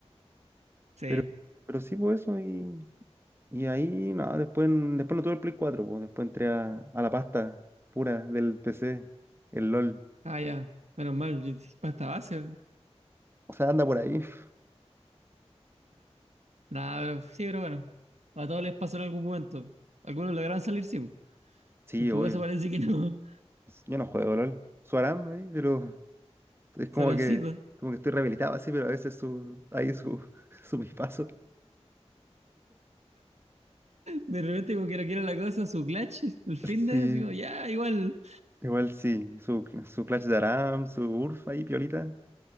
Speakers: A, on the right (about 80°); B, on the right (about 20°).
A: sí,
B: Pero, pero sí, pues eso, y, y ahí, nada después, después no tuve el Play 4 pues, después entré a, a la pasta pura del PC, el LOL.
A: ah, ya, menos mal, basta base.
B: O sea, anda por ahí. <laughs>
A: Nada, pero sí, pero bueno. A todos les pasó en algún momento. Algunos lograron salir, sí. po.
B: Sí,
A: En tu
B: obvio.
A: caso parece que no.
B: pues, Yo no juego LOL. Su Aram ahí, pero es
A: <laughs>
B: como
A: Sarapcito.
B: que, como que estoy rehabilitado así, pero a veces su, ahí su, <laughs> su pipazo.
A: De repente, como que no quiere la cosa, su clutch, el fin
B: Sí,
A: de, así como, ya, igual.
B: igual sí. Su, su Clash de Aram, su Urf ahí, piolita.